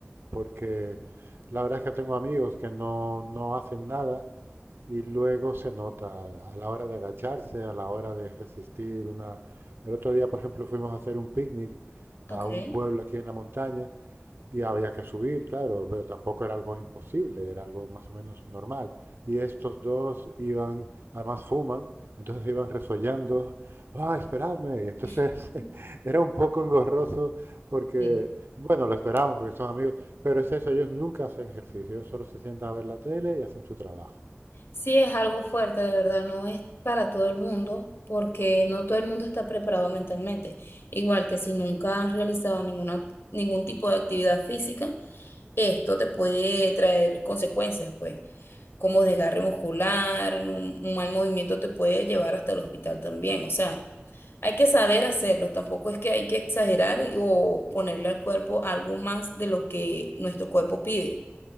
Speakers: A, on the right; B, on the left.
A: porque la verdad es que tengo amigos que no, no hacen nada y luego se nota a la hora de agacharse, a la hora de resistir una... El otro día, por ejemplo, fuimos a hacer un picnic a
B: okay
A: un pueblo aquí en la montaña y había que subir, claro, pero tampoco era algo imposible, era algo más o menos normal. Y estos dos iban, además fuman, entonces iban resollando, ¡ah, esperadme! Y entonces
B: <laughs>
A: <laughs> era un poco engorroso porque,
B: Sí.
A: bueno, lo esperamos porque son amigos, pero es eso, ellos nunca hacen ejercicio, ellos solo se sientan a ver la tele y hacen su trabajo,
B: Sí, es algo fuerte, de verdad, no es para todo el mundo, porque no todo el mundo está preparado mentalmente. Igual que si nunca has realizado ninguna, ningún tipo de actividad física, esto te puede traer consecuencias, pues. como desgarre muscular, un, un mal movimiento te puede llevar hasta el hospital también. O sea, hay que saber hacerlo, tampoco es que hay que exagerar o ponerle al cuerpo algo más de lo que nuestro cuerpo pide.